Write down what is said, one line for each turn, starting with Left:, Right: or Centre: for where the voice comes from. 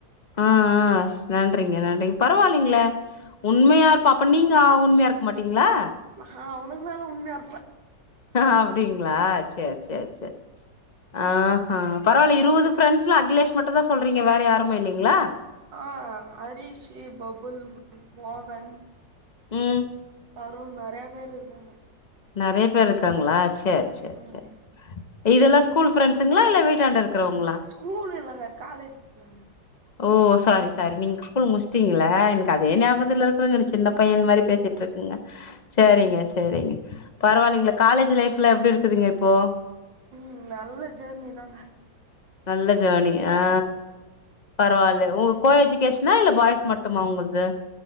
Left: ஆ ஆ நன்றிங்க நன்றிங்க பரவால்லைங்களே உண்மையா இருப்பா அப்ப நீங்க அ உண்மையா இருக்க மாட்டீங்களா
Right: நா அவனுக்கு மேல உண்மையா இருப்பே
Left: அப்டிங்களா சேர் சேர் சேர் ஆஹா பரவால்ல இருவது ஃப்ரெண்ட்ஸ்ல அகிலேஷ் மட்டுந்தா சொல்றீங்க வேற யாருமே இல்லைங்களா
Right: ஆ ஹரிஷி பபுல் மோகன்
Left: ம்
Right: வருன் நறைய பேர் இருக்காங்க
Left: நறைய பேர் இருக்காங்களா சேர் சேர்
Right: ம்
Left: சேர் இதெல்லா ஸ்கூல் ஃப்ரெண்ட்ஸுங்ளா இல்ல வீட்டாண்ட இருக்கிறவங்களா
Right: ஸ்கூல் இல்லங்க காலேஜ்ங்க
Left: ஓ சாரி சாரிங் நீங் ஸ்கூல் முடிஸ்ட்டீங்கள எனக்கு அதே ஞாபத்துல இருக்கறங்க சின்ன பையன் மாரி பேசிட் ருக்குங்க சேரிங்க சேரிங்க பரவால்லைங்கள காலேஜ் லைஃப்ல எப்டி இருக்குதுங்க இப்போ
Right: ம் நல்ல ஜேர்னி தாங்க
Left: நல்ல ஜேர்னி ஆ பரவாயில்ல உங்க கோ எஜ்கேஷனா இல்ல பாய்ஸ் மட்டுமா உங்கள்து